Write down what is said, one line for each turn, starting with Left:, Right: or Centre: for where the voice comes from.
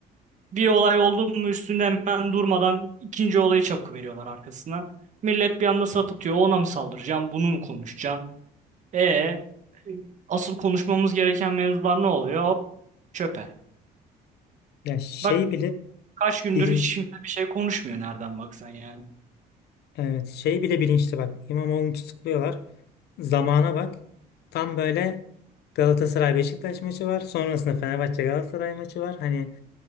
Right: Bir olay oldu mu üstünde hemen durmadan ikinci olayı çakıveriyorlar arkasına. Millet bir anda sapıtıyor. Ona mı saldıracaksın? Bunu mu konuşacaksın? E asıl konuşmamız gereken mevzular ne oluyor? Hop çöpe.
Left: Ya şey
Right: Bak
Left: bile
Right: kaç gündür
Left: bili-
Right: hiç kimse bir şey konuşmuyor nereden baksan yani.
Left: Evet, şey bile bilinçli bak. İmamoğlu'nu tutukluyorlar. Zamana bak. Tam böyle Galatasaray Beşiktaş maçı var. Sonrasında Fenerbahçe Galatasaray maçı var. Hani